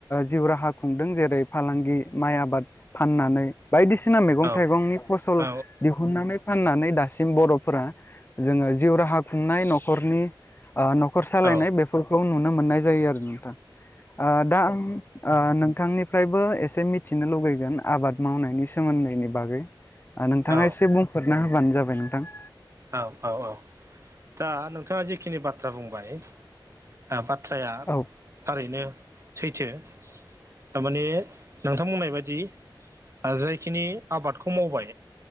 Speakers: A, on the left; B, on the right.
A: जिउ राहा खुंदों जेरै फालांगि माइ आबाद फाननानै बायदिसिना मैगं थाइगंनि
B: औ
A: फसल
B: औ
A: दिहुननानै फाननानै दासिम बर'फोरा जोङो जिउ राहा खुंनाय न'खरनि ओ न'खर सालायनाय
B: औ
A: बेफोरखौ नुनो मोननाय जायो आरो नोंथां। ओ दा आं ओ नोंथांनि फ्रायबो एसे मिथिनो लुगैगोन आबाद मावनायनि सोमोन्दैनि बागै। ओ नोंथाङा
B: औ
A: एसे बुंफोरना होबानो जाबाय नोंथां।
B: औ औ औ दा नोंथाङा जिखिनि बाथ्रा बुंबाय आ बाथ्राया
A: औ
B: थारैनो सैथो थारमाने नोंथां बुंनाय बायदि ओ जायखिनि आबादखौ मावबाय